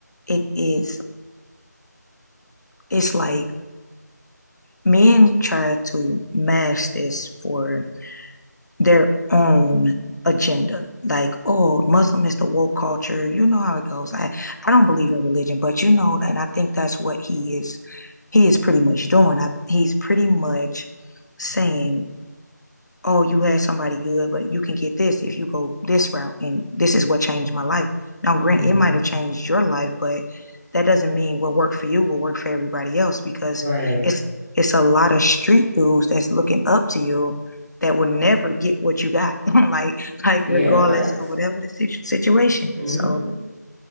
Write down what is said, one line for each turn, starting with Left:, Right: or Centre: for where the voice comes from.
Left: it is it's like men try to mask this for their own agenda. Like, oh, Muslim is the woke culture. You know how it goes. I, I don't believe in religion, but you know, and I think that's what he is he is pretty much doing. I, he's pretty much saying oh, you had somebody good, but you can get this if you go this route. And this is what changed my life. Now,
Centre: hmm
Left: grant it might have changed your life, but that doesn't mean what worked for you will work for everybody else because
Centre: Right.
Left: it's it's a lot of street dudes that's looking up to you that will never get what you got <laughs> like
Centre: F-
Left: like
Centre: Yeah,
Left: regardless
Centre: facts.
Left: of whatever the situ- situation
Centre: hmm
Left: is so